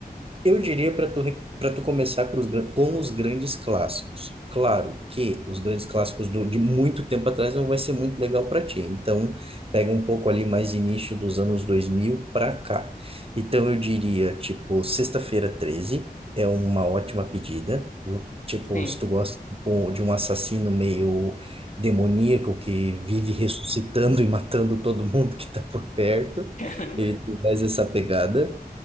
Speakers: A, on the right; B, on the left.
A: Eu diria para tu, re- pra tu começar com os, gran- com os grandes clássicos. Claro que os grandes clássicos do- de muito tempo atrás não vai ser muito legal para ti. Então, pega um pouco ali mais início dos anos 2000 para cá. Então, eu diria, tipo, Sexta-feira Treze é uma ótima pedida. Tipo,
B: Sim,
A: se tu gosta tipo, de um assassino meio demoníaco que vive ressuscitando e matando todo mundo que tá por perto,
B: <laughs> caramba.
A: ele tem mais essa pegada.